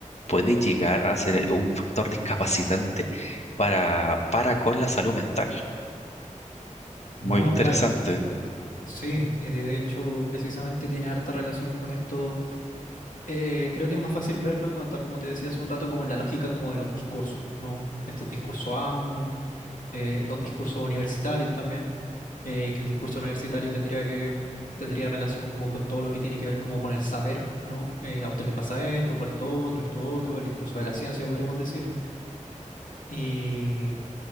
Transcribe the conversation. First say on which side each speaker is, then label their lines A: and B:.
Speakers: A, on the left (about 55°); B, on the left (about 85°).
A: puede llegar a ser un factor discapacitante para, para con la salud mental.
B: No,
A: Muy interesante.
B: claro. Sí, y de hecho precisamente tiene harta relación con esto Eh, creo que es más fácil verlo, como, tal como te decía hace un rato, como en la lógica como de los discursos, ¿no? Estos discursos amo, eh, los discursos universitarios también, eh, que el discurso universitario tendría que tendría relación como con todo lo que tiene que ver como con el saber, ¿no? Eh, a usted le pasa esto, por esto otro, esto otro, el discurso de la ciencia podríamos decir. Y